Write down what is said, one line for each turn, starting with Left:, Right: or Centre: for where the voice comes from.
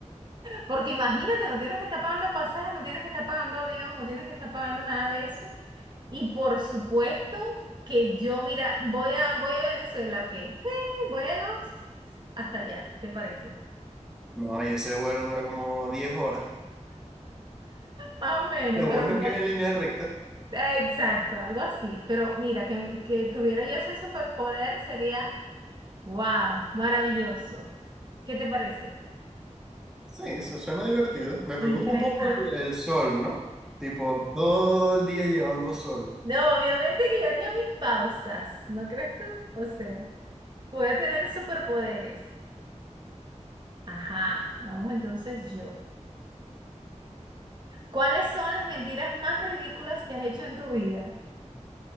Right: porque imagínate, no tienes que estar pagando pasajes, no tienes que estar pagando avión, no tienes que estar pagando nada de eso. Y por supuesto que yo, mira, voy a, voy a Venezuela, ok. Sí, vuelo hasta allá, ¿qué te parece?
Centre: No, y ese vuelo dura como 10 horas.
Right: Más o menos,
Centre: Lo
Right: pero
Centre: bueno
Right: vol-
Centre: es que es en línea recta.
Right: exacto, algo así. Pero mira, que, que tuviera yo ese superpoder sería, wow, maravilloso. ¿Qué te parece?
Centre: Sí, eso suena divertido. Me preocupa
Right: Interesante.
Centre: un poco el, el sol, ¿no? Tipo, todo el día llevando sol.
Right: No, obviamente que yo haría mis pausas, ¿no crees tú? O sea, voy a tener superpoderes. Ajá, vamos entonces yo. ¿Cuáles son las mentiras más ridículas que has hecho en tu vida?